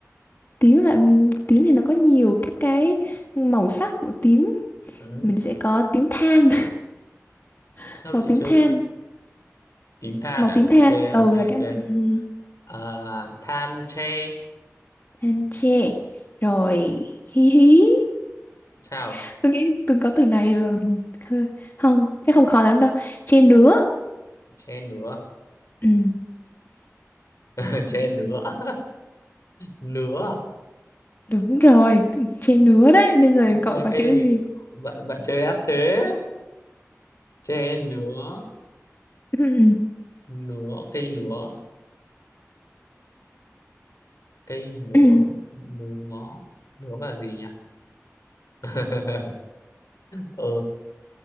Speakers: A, on the left; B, on the left.
A: tím là tím thì nó có nhiều các cái màu sắc của tím
B: Ừ.
A: mình sẽ có tím than <laughs>
B: sao lại
A: màu tím
B: chơi
A: than
B: tím than
A: màu
B: à
A: tím
B: ok
A: than ừ
B: ok
A: là
B: ok
A: cái ừ.
B: à, than tre
A: Anh chê rồi hí hí
B: sao
A: <laughs> tôi nghĩ tôi có từ này ờ, hơi không chắc không khó lắm đâu chê nứa
B: tre nứa
A: ừ,
B: <laughs> tre nứa <laughs> nứa à?
A: đúng rồi chê nứa đấy bây giờ
B: Cái ngoài
A: cậu có
B: cây
A: chữ gì
B: bạn bạn chơi ép thế tre nứa
A: Ừ,
B: nứa cây nứa cây nứa
A: <clears throat>
B: nứa nứa và gì nhỉ <laughs> ờ